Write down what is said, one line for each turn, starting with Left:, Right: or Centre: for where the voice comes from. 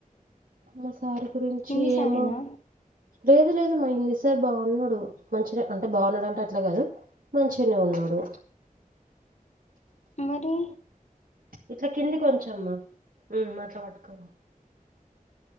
Right: మా సార్ గురించి
Left: హిందీ సారేనా
Right: ఏమో లేదు లేదు మా హింది సార్ బాగున్నడు మంచినే అంటే బాగున్నాడు అంటే అట్లా కాదు మంచినే ఉన్నాడు
Left: మరి
Right: ఇట్ల కింది కొంచమ్మ ఉ అట్ల పట్టుకో